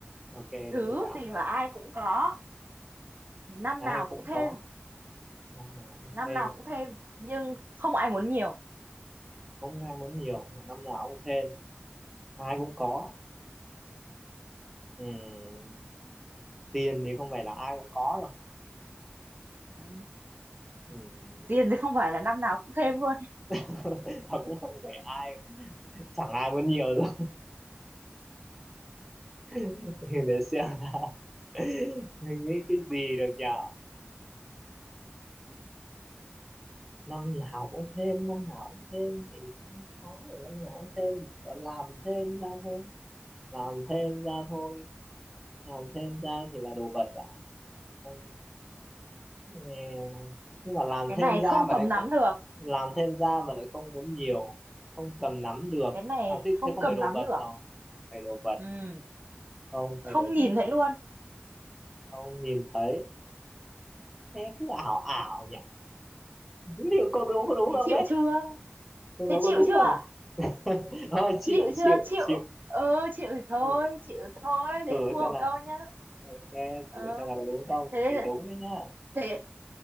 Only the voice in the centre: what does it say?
ok đến
lượt bạn
rồi
ai
cũng
có năm nào cũng
thêm
không ai muốn nhiều năm nào cũng thêm ai cũng có Ừm, tiền thì không phải là ai cũng có rồi
Ừm,
<laughs> và cũng không phải ai chẳng ai muốn nhiều rồi <laughs> thì để xem nào <laughs> mình nghĩ cái gì được nhở năm nào cũng thêm năm nào cũng thêm thì cũng có rồi năm nào cũng thêm thì gọi làm thêm ra thôi làm thêm ra thôi làm thêm ra thì là đồ vật à không nghe nhưng mà làm
thêm
ra
mà
lại
không
làm thêm ra mà lại không muốn nhiều không cầm nắm được
à thế,
thế không
phải đồ
vật
rồi phải đồ vật
không
phải đồ
vật
không nhìn thấy thế cứ ảo ảo nhỉ liệu câu đố có đúng
không
đấy
câu đố
có đúng
không <laughs> thôi
chịu chịu
chịu
chịu.
thử
xem
nào
ok
thử xem nào có đúng không
phải đúng đấy nhá